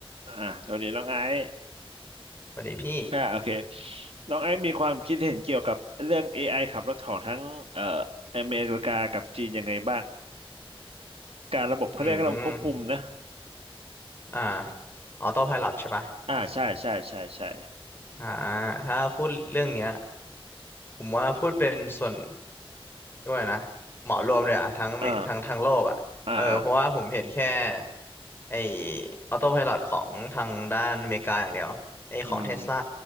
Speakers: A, on the right (about 75°); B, on the left (about 20°).
A: อ่าสวัสดีน้องไอซ์
B: สวัสดีพี่
A: อ่าโอเคน้องไอซ์มีความคิดเห็นเกี่ยวกับเรื่อง AI ขับรถของทั้งเอ่ออเมริกากับจีนยังไงบ้างการระบบเขาเรียกระบบควบคุมนะ
B: อืมอ่าออโต้ไพลอตใช่ปะ
A: อ่าใช่ใช่ใช่ใช่
B: อ่าถ้าพูดเรื่องเนี้ยผมว่าพูดเป็นส่วนด้วยกว่านะเหมารวมเลยอะทั้งเมทั้งทั้งโลกอะเออเพราะว่าผมเห็นแค่
A: อ่าอ่าอ่า
B: ไอออโต้ไพลอตของทางด้านอเมริกาอย่างเดียวไอของเทสลา
A: อืม